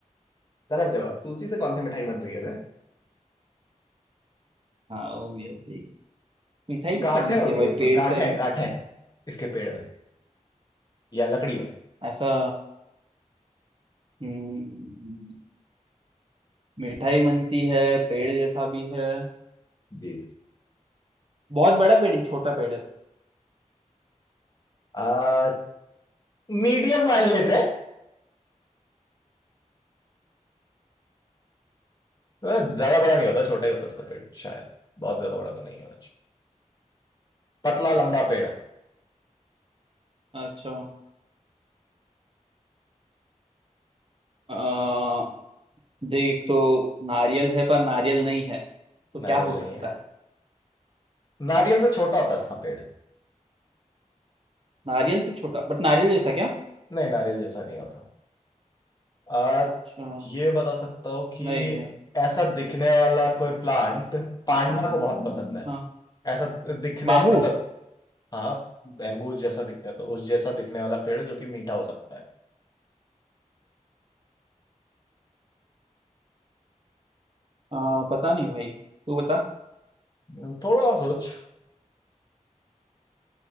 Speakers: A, on the left; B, on the right.
A: गलत जवाब तुलसी से कौन सी मिठाई बन रही है बे?
B: हाँ वो भी होती है मिठाई किससे
A: गांठें
B: बनती
A: होती
B: है भाई
A: है इसमें
B: पेड़
A: गांठें
B: से ऐसा
A: गांठें इसके पेड़ में या लकड़ी में
B: ऐसा हम्म, मिठाई बनती है पेड़ जैसा भी है
A: जी
B: बहुत बड़ा पेड़ है छोटा पेड़ है
A: आ, मीडियम मान लेते हैं अ, ज्यादा बड़ा नहीं होता छोटा ही होता उसका पेड़ शायद बहुत ज्यादा बड़ा तो नहीं होना चाहिए पतला लंबा पेड़ है।
B: अच्छा आ, देख तो नारियल है पर नारियल नहीं है तो क्या
A: नारियल
B: हो सकता
A: नहीं है
B: है
A: नारियल से छोटा होता है इसका पेड़
B: नारियल से छोटा बट नारियल जैसा क्या
A: नहीं नारियल जैसा नहीं होता आ,
B: अच्छा,
A: ये बता सकता हूँ कि
B: नहीं नहीं
A: ऐसा दिखने वाला कोई प्लांट पांडा को बहुत पसंद है
B: हाँ
A: ऐसा दिखने
B: बाम्बू
A: मतलब हाँ बैम्बू जैसा दिखता है तो उस जैसा दिखने वाला पेड़ जो कि मीठा हो सकता है
B: आ, पता नहीं भाई तू बता
A: हम्म, थोड़ा और सोच